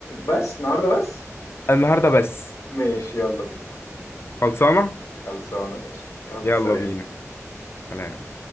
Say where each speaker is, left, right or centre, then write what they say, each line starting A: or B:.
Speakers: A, on the left; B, on the left.
A: بس النهارده بس
B: النهاردة بس
A: ماشي يلا بينا
B: خلصانة؟
A: خلصانه ماشي يلا
B: يلا
A: سلام
B: بينا سلام